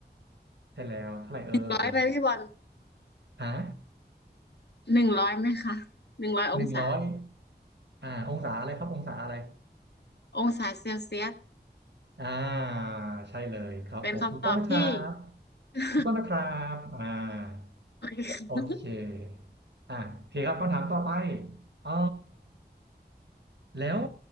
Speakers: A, on the right (about 80°); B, on the left (about 70°).
A: ใช่แล้วเท่าไหร่เอ่ย
B: ร้อยไหมพี่บอล
A: ฮะ
B: หนึ่งร้อยไหมคะหนึ่งร้อยองศา
A: หนึ่งร้อยอ่าองศาอะไรครับองศาอะไร
B: องศาเซลเซียส
A: อ่าใช่เลยครับผมถูกต้องนะครับ
B: เป็นคำตอบที่ <laughs>
A: ถูกต้องนะครับอ่า
B: โอเคคะ
A: โอเคอ่ะโอเคครับคำถามต่อไปเออแล้ว